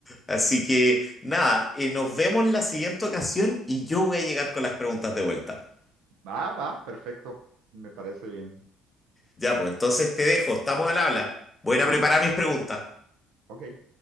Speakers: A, on the left (about 20°); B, on the right (about 65°).
A: Así que nada, eh, nos vemos en la siguiente ocasión y yo voy a llegar con las preguntas de vuelta.
B: Va, va, perfecto. Me parece bien.
A: Ya, pues entonces te dejo, estamos al habla. Voy a ir a preparar mis preguntas.
B: Ok.